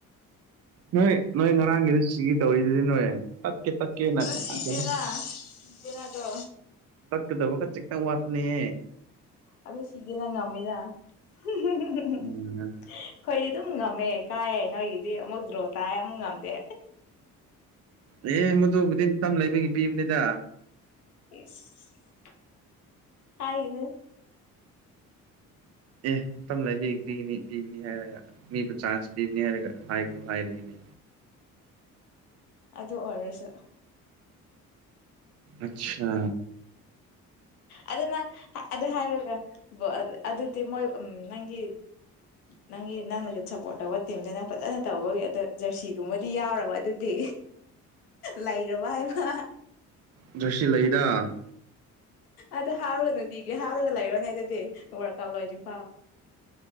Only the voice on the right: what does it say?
ꯅꯣꯏ ꯅꯣꯏ ꯉꯔꯥꯡꯒꯤꯗ ꯁꯤꯒꯤ ꯇꯧꯔꯤꯗꯨꯗꯤ ꯅꯣꯏ ꯇꯠꯀꯦ ꯇꯠꯀꯦꯅ
ꯀꯩꯅꯣ
ꯇꯠꯀꯗꯕꯠ ꯆꯪ ꯋꯥꯇꯅꯦ꯫
ꯎꯝ
ꯑꯦ ꯃꯗꯨꯕꯨꯗꯤꯇꯝ ꯂꯩꯕꯒꯤ ꯄꯤꯕꯅꯤꯗ
ꯑꯦ ꯃꯇꯝꯇ ꯂꯩꯕꯤ ꯄꯤꯒꯅꯤ ꯄꯤꯕꯅꯤ ꯍꯥꯏꯔꯒ ꯃꯤꯕꯨ ꯆꯥꯟꯁ ꯄꯤꯕꯅꯤ ꯍꯥꯏꯔꯒ ꯍꯥꯏꯒꯅꯨ ꯍꯥꯏꯔꯤꯅꯦ꯫
ꯑꯆꯥ
ꯖꯔꯁꯤ ꯂꯩꯗ꯫